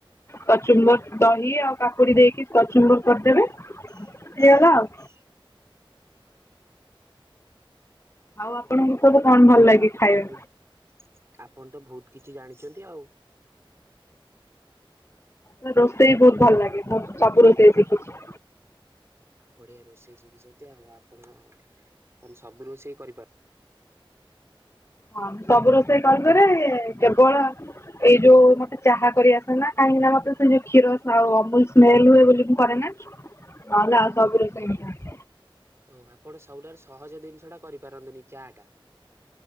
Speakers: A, on the left; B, on the right.
A: କଚୁମ୍ବର, ଦହି ଆଉ କାକୁଡି ଦେଇକି କଚୁମ୍ବର କରିଦେବେ।
B: <inaudible>
A: ହେଇଗଲା ଆଉ ଆଉ ଆପଣଙ୍କୁ ସବୁ କଣ ଭଲ ଲାଗେ
B: ଆଉ ଆପଣ
A: ଖାଇବା?
B: ତ ବହୁତ ଆପଣ ତ ବହୁତ କିଛି ଜାଣିଛନ୍ତି ଆଉ।
A: ହଁ ରୋଷେଇ ବହୁତ୍ ଭଲ ଲାଗେ। ସବ ସବୁ ରୋଷେଇ ଶିଖିଛି।
B: ବଢିଆ ରୋଷେଇ ଶିଖିଚନ୍ତି ଆଉ ଆପଣ ମାନେ ସବୁ ରୋଷେଇ କରିପାରୁ
A: ହଁ ସବୁ ରୋଷେଇ କରିପାରେ କେବଳ ଏଇ ଯୋଉ ମତେ ଚାହା କରିଆସେନା କାହିଁକିନା ମତେ ସେ ଯୋଉ କ୍ଷୀର ଆଉ ଅମୁଲ ସ୍ମେଲ ହୁଏ ବୋଲି କରେନା। ନହେଲେ ଆଉ ସବୁ ରୋଷେଇ ଜଣା।
B: ଓ ଆପଣ ସବୁଠାରୁ ସହଜ ଦିନିଷ ଟା କରିପାରନ୍ତିନି ଚାଟା।